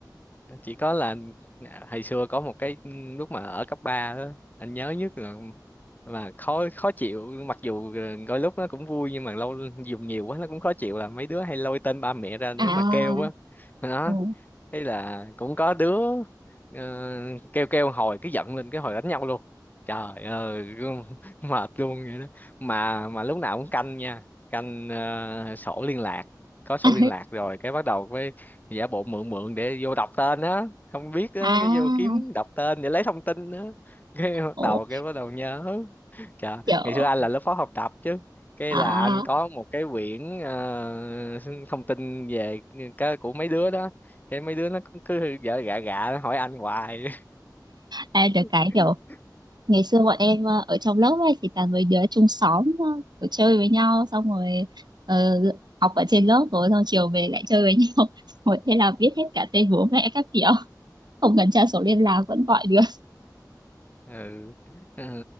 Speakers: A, on the left (about 25°); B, on the right (about 75°).
A: chỉ có là à, hồi xưa có một cái lúc mà ở cấp ba, đó anh nhớ nhất là mà khó khó chịu mặc dù ờ, đôi lúc nó cũng vui nhưng mà lâu dùng nhiều quá nó cũng khó chịu là mấy đứa hay lôi tên ba mẹ ra để
B: à
A: mà kêu á đó
B: ồ
A: hay là cũng có đứa ờ, kêu kêu hồi cứ giận lên cái hồi đánh nhau luôn trời ơi <laughs> mệt luôn vậy đó mà mà lúc nào cũng canh nha canh ờ, sổ liên lạc có sổ
B: <laughs> à,
A: liên lạc rồi cái bắt đầu với giả bộ mượn mượn để vô đọc tên á không biết á
B: à
A: cái vô kiếm đọc tên để lấy thông tin á <laughs> cái bắt
B: ồ
A: đầu cái bắt đầu nhớ trời
B: kiểu
A: ngày xưa anh là lớp phó học tập chứ cái
B: à
A: là anh có một cái quyển ờ, thông tin về cái của mấy đứa đó cái mấy đứa nó cũng cứ vợ gạ gạ nó hỏi anh hoài
B: em được
A: <laughs>
B: cái kiểu ngày xưa bọn em ờ, ở trong lớp ấy thì toàn mấy đứa chung xóm ờ, kiểu chơi với nhau xong rồi ờ, học ở trên lớp rồi xong chiều về lại chơi với nhau <laughs> rồi thế là biết hết cả tên bố mẹ các kiểu không cần tra sổ liên lạc vẫn gọi được
A: ừ ừ